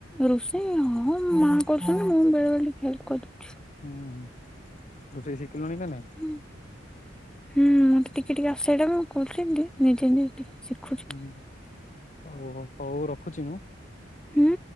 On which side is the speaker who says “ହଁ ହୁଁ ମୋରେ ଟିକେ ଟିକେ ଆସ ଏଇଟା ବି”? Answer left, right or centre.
Centre